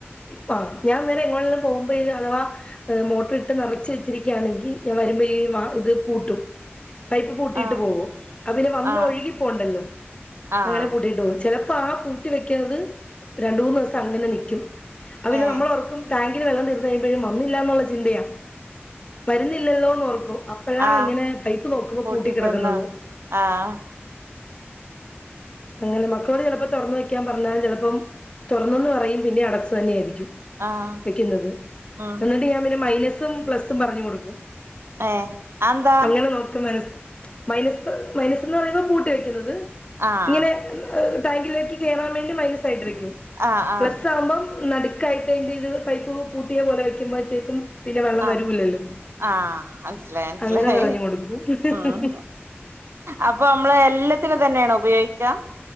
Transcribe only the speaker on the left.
<unintelligible> ഞ വെരം എങ്ങോട്ടെങ്കിലും പോകുമ്പോഴ അഥാ മോട്ടർ ഇട്ട് നറച്ച് വെച്ചരിക്കുകയാണെങ്കിൽ ഞാൻ വരുമ്പോഴവ ഇത് പൂട്ടും പൈപ്പ് പൂട്ടിയിട്ട്
പോകും, അവര് വന്ന്
ഒഴുകി പോണ്ടല്ലോ
അങ്ങനെ പൂട്ടിട്ട് പോകും, ചല ഇപ്പാ ആ പൂട്ടി വെക്കണത് രണ്ടു, മൂന്ന് ദിവസം അങ്ങനെ നിക്കും അത് പിന്നെ
നമ്മളോർ ടാങ്കില് വെള്ളം തീർന്ന് കഴിമ്പഴും വന്നില്ലാന്നുള്ള ചിന്തയാ. വരുന്നില്ലല്ലോന്ന് ഓർക്കും, അപ്പഴാ
ഇങ്ങനെ പൈപ്പ് നോക്കുമ്പോ
പൂട്ടിക്കിടക്കുന്നത്.
അങ്ങനെ മക്കളോട് ചിലപ്പോ തുറന്ന് വെക്കാൻ പറഞ്ഞാലും ചിലപ്പോം തുറന്നെന്ന് പറയും പിന്നെ അടച്ചു തന്നെ ആയിരിക്കും
വെക്കുന്നത്
എന്നിട്ട് ഞാൻ പിന്നെ മൈനസ് മൈനസ്സും, പ്ലസും പറഞ്ഞു കൊടുക്കും
അങ്ങനെ നോക്കി മന മൈനസ്, മൈനസ് എന്ന് പറയുമ്പോ പൂട്ടി വെക്കുന്നത്.
ഇങ്ങനെ ടാങ്ങിലേക്ക് കയറാൻ വേണ്ടി മൈന സായിട്ട് വയ്ക്കും
പ്ലസ്സ് ആവുമ്പം നടുക്കായിട്ട് അതിന്റെ ഇത്, പൈപ്പ് പൂട്ടിയ പോലെ വെക്കുമ്പോഴത്തേക്കും പിന്നെ വെള്ളം
വരൂലല്ലോ
അങ്ങനെ പറഞ്ഞു കൊടുക്കും